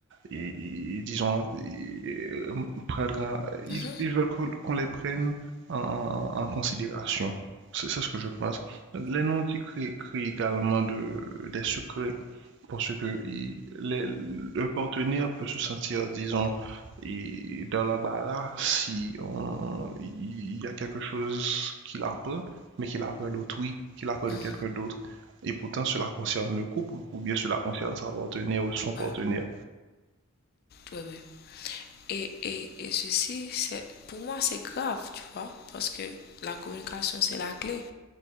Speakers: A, on the right; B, on the left.
A: et, et- disons, et, euh, prendre, un- ils,
B: Mhm,
A: ils veulent qu'on qu'on les prenne en, en- en considération. C'est c'est ce que je pense. Les non-dits créent, créent également de, des secrets parce que il- les- le partenaire peut se sentir, disons, et dans l'embarras si on, il il y a quelque chose qu'il apprend, mais qu'il apprend d'autrui, qu'il apprend
B: mhm.
A: de quelqu'un d'autre. Et pourtant, cela concerne le couple ou bien cela concerne sa partenaire ou son partenaire.
B: Ouais, ouais, ouais, ouais. Et, et, et ceci, c'est, pour moi, c'est grave, tu vois, parce que la communication, c'est la clé.